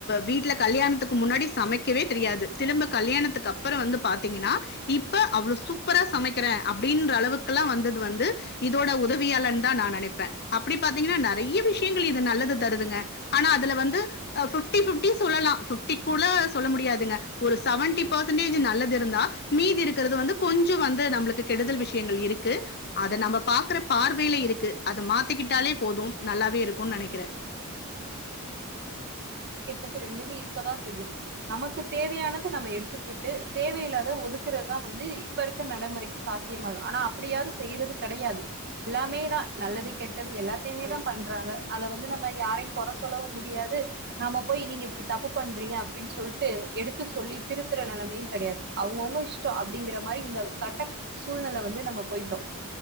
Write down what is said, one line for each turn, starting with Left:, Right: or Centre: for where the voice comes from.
Left: வீட்ல கல்யாணத்துக்கு முன்னாடி சமைக்கவே தெரியாது திரும்ப கல்யாணத்துக்கு அப்பற வந்து பாத்தீங்கன்னா இப்ப அவ்ள சூப்பரா சமை க்கிற அப்டின்ற அளவுக்குல்லா வந்தது வந்து இதோட உதவியாலன் தா நா நனைப்பே அப்டி பாத்தீங்கன்னா நறைய விஷ்யங்கள் இது நல்லது தருதுங்க ஆனா அதுல வந்து ஃபிப்டி ஃபிப்டி சொல்லலா ஃபிப்டி கூட சொல்ல முடியாதுங்க ஒரு செவன்டி பர்சென்டேஜ் நல்லது இருந்தா மீதி இருக்குறது வந்து கொஞ்ச வந்து நம்ளு க்கு கெடுதல் விஷ்யங்கள் இருக்கு அத நம்ப பாக்குற பார்வைல இருக்கு அத மாத்திக்கிட்டாலே போதும் நல்லாவே இருக்குன் நனக்கிறே
Right: <unintelligible> ரெண்டுமே இருக்கதா செய்யு நமக்கு தேவையானது நம்ம எடுத்துக்கிட்டு தேவையில்லாத ஒதுக்குறதா வந்து இப்ப இருக்க நடைமுறைக்கு சாத்தியமாது ஆனா அப்பிடி யாரு செய்யுறது கெடையாது எல்லாமே தா நல்லது கெட்டது எல்லாத்தையுமே தா பண்றாங்க அத வந்து நம்ம யாரையு கொற சொல்லவு முடியாது நாம போய் நீங்க இப்டி தப்பு பண்றீங்க அப்டின் சொல்ட்டு எடுத்து சொல்லி திருத்துற நெலமையு கெடையாது அவுங்கவுங்க இஷ்ட அப்டிங்கிற மாரி இந்த கட்ட சூழ்நெல வந்து நம்ம போயிட்டோ